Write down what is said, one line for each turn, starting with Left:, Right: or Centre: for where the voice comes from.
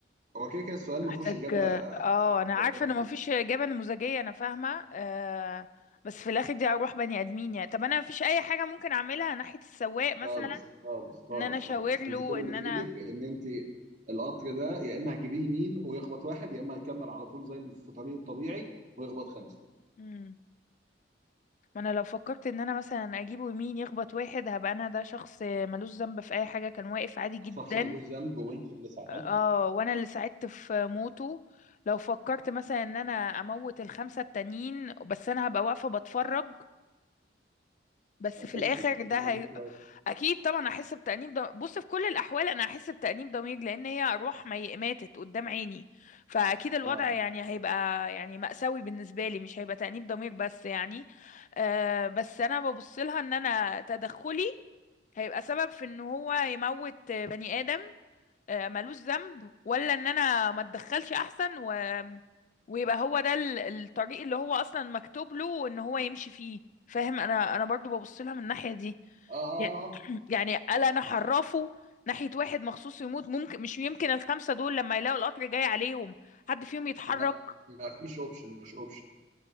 Right: هو كده كده السؤال
Left: محتاج
Right: ما فيهوش اجابه
Left: اه
Right: صح
Left: انا
Right: واجابه
Left: عارفة ان
Right: غلط
Left: مفيش اجابة نموذجية انا فاهمة آه بس في الاخر دي اروح بني ادمين يعني طب انا مفيش اي حاجة ممكن اعملها ناحية السواق مثلا
Right: خالص خالص خالص
Left: ان انا اشاور
Right: خالص انت
Left: له
Right: كل اللي
Left: ان
Right: في
Left: انا
Right: ايدك ان انت القطر ده يا اما هتجيبيه يمين ويخبط واحد يا اما هيكمل على طول زي ما في طريقه الطبيعي ويخبط خمسه
Left: مم. ما انا لو فكرت ان انا مثلا اجيبه يمين يخبط واحد هبقى انا ده شخص ملوش ذنب في اي حاجه كان واقف عادي جدا
Right: شخص ملوش ذنب وانت اللي ساعدتي
Left: اه وانا اللي ساعدت في موته لو فكرت مثلا ان انا اموت الخمسه التانيين بس انا هبقى واقفه بتفرج بس
Right: هتحسي
Left: في الاخر
Right: بتأنيب
Left: ده
Right: ضمير
Left: هي...
Right: شويه
Left: اكيد طبعا هحس بتأنيب ضمير بص في كل الاحوال انا هحس بتأنيب ضمير لان هي ارواح مي... ماتت قدام عيني فاكيد الوضع
Right: اه
Left: يعني هيبقى يعني مأساوي بالنسبه لي مش هيبقى تأنيب ضمير بس يعني آه بس انا ببص لها ان انا تدخلي هيبقى سبب في ان هو يموت بني ادم آه، ملوش ذنب ولا ان انا ما اتدخلش احسن و... ويبقى هو ده ال- الطريق اللي هو اصلا مكتوب له ان هو يمشي فيه فاهم انا انا برضو ببص لها من الناحية دي
Right: اه اه
Left: يع-
Right: اه
Left: <clears throat> يعني الا انا حرفه ناحية واحد مخصوص يموت ممكن مش يمكن الخمسة دول لما يلاقوا القطر جاي عليهم حد فيهم يتحرك
Right: لا ما فيش اوبشن مش اوبشن